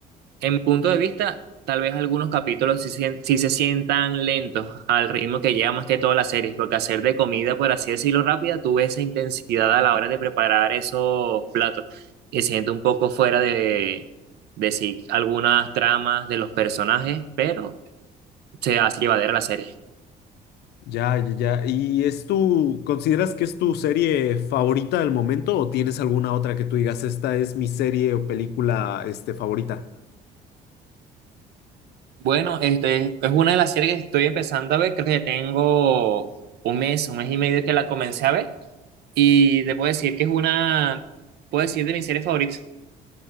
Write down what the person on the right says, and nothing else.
En mi punto de vista, tal vez algunos capítulos sí, sien- sí se sientan lentos al ritmo que lleva más que toda la serie, porque hacer de comida, por así decirlo, rápida, tuve esa intensidad a la hora de preparar esos platos y siento un poco fuera de, de sí algunas tramas de los personajes, pero se hace llevadera la serie.
Bueno, este es una de las series que estoy empezando a ver, creo que ya tengo un mes, un mes y medio que la comencé a ver y te puedo decir que es una, puedo decir de mis series favoritas.